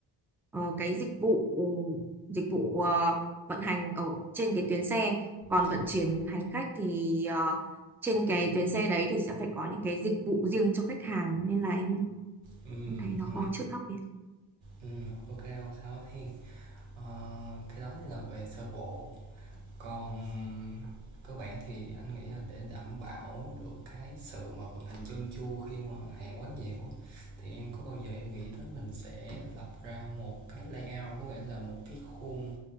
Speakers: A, in the centre; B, on the right.
A: ờ, cái dịch vụ dịch vụ ờ, vận hành ở trên cái tuyến xe còn
B: chính
A: vận
B: xác
A: chuyển hành khách thì ờ, trên cái tuyến xe đấy thì sẽ phải có những cái dịch vụ riêng cho khách hàng nên là em
B: ừ
A: Em thấy nó
B: ừ
A: khó chữa đặc biệt.
B: ừ ok không sao hết thiên Ờ, cái đó là về sơ bộ còn cơ bản thì anh nghĩ là để đảm bảo được cái sự mà vận hành chân chu khi mà hàng quá nhiều á, thì em có bao giờ em nghĩ tới mình sẽ lập ra một cái layout có nghĩa là một cái khuôn